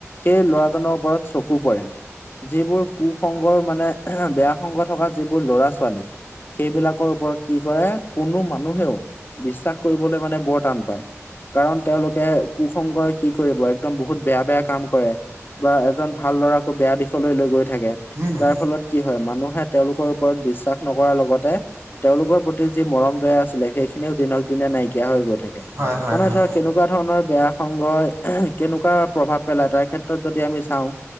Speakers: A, on the left; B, on the right.
A: সেই ল'ৰাজনৰ ওপৰত চকু পৰে যিবোৰ কুসংগৰ মানে বেয়া সংগ থকা যিবোৰ ল'ৰা ছোৱালী সেইবিলাকৰ ওপৰত কি কৰে কোনো মানুহেও বিশ্বাস কৰিবলৈ মানে বৰ টান পায় কাৰণ তেওঁলোকে প্ৰসংগই কি কৰিব একদম বহুত বেয়া বেয়া কাম কৰে বা এজন ভাল লৰাকো বেয়া দিশলৈ লৈ গৈ থাকে
B: উম।
A: যাৰ ফলত কি হয় মানুহে তেওঁলোকৰ ওপৰত বিশ্বাস নকৰাৰ লগতে তেওঁলোকৰ প্ৰতি যি মৰম দয়া আছিলে সেইখিনিও দিনক দিনে নাইকিয়া হৈ গৈ থাকে
B: হয় হয়
A: মানে
B: হয়।
A: ধৰ কেনেকুৱা ধৰণৰ বেয়া কেনেকুৱা প্ৰভাৱ পেলাই তাৰ ক্ষেত্ৰত যদি আমি চাওঁ